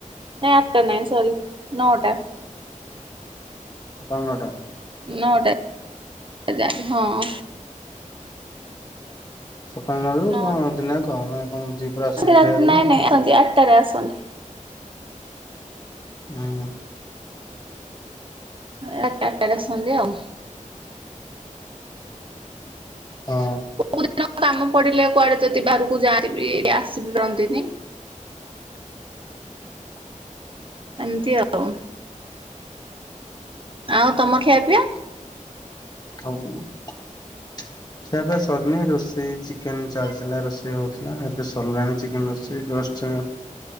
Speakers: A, on the right; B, on the left.
A: ନାଇଁ ଆଟା ନାଇଁ ସରି ନଅଟା।
B: ସକାଳ ନଅଟା।
A: ନଅଟାରେ ଯାଆନ୍ତି। ହ।
B: ସକାଳ ନଅରୁ
A: ନଅ
B: କଣ ଦିିନ ଯାକ କଣ ନଅ କଣ ଦି ପହର ଆସନ୍ତି
A: ରାତି
B: ଖାଇବାକୁ
A: ନାଇଁ
B: ନା
A: ନାଇଁ
B: କେମିତି?
A: ଆସନ୍ତି ଆଠଟାରେ ଆସନ୍ତି।
B: ହୁଁ।
A: ରାତି ଆଠଟାରେ ଆସନ୍ତି ଆଉ।
B: ହଁ।
A: କୋଉ ଦିନ କାମ ପଡିଲେ କୁଆଡେ ଯଦି ବାହାରକୁ ଯାଆନ୍ତି ବି ଏଠି ଆସି ବି ପାରନ୍ତିନି। ଏମିତି ଆଉ। ଆଉ ତମ ଖିଆ ପିଆ?
B: <unintelligible> ଖିଆପିଆ ସରିନି। ରୋଷେଇ ଚିକେନ ଚାଲିଥିଲା ରୋଷେଇ ହଉଥିଲା ଏବେ ସିରିଲାଣି ଚିକେନ ରୋଷେଇ ଜଷ୍ଟ। <unintelligible>